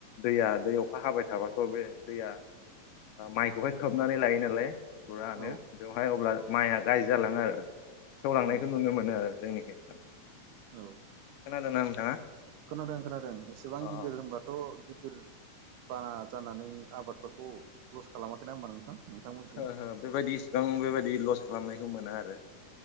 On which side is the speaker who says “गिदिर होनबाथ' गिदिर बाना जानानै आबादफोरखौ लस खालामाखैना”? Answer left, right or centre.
Right